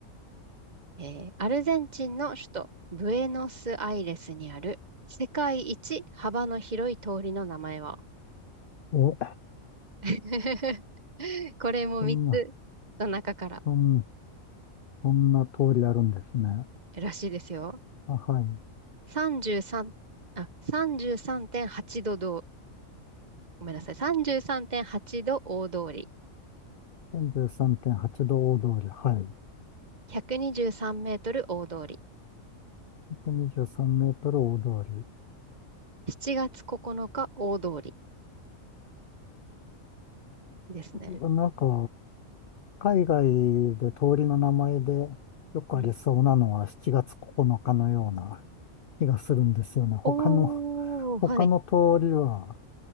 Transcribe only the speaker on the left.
お、
そんな、そん、そんな通りあるんですね。
あ、はい。
33.8度大通り、はい。
123メートル大通り。
なんか、海外で通りの名前でよくありそうなのは7月9日のかのような
気がするんですよね。他の、
他の通りは、